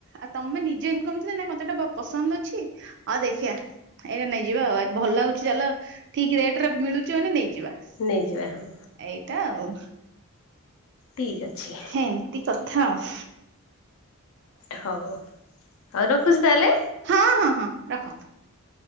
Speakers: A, on the right; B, on the left.
A: ଆଉ ତମେ ନିଜେ ଇନକମ ଥିଲ ନାଇଁ ମତେଟା ପସନ୍ଦ ଅଛି ଆଉ ଦେଖିଆ। ଏଇଟା ନେଇଯିବା ଆଉ ଭଲ ହଉଛି ଚାଲ ଠିକ ରେଟ ରେ ମିଳୁଛି ମାନେ ନେଇଯିବା।
B: ନେଇଯିବା ହଁ।
A: ଏଇଟା ଆଉ।
B: ଠିକ୍ ଅଛି।
A: ଏମିତି କଥା ଆଉ।
B: ହଉ ଆଉ ରଖୁଛି ତାହେଲେ।
A: ହଁ ହଁ ହଁ ରଖ।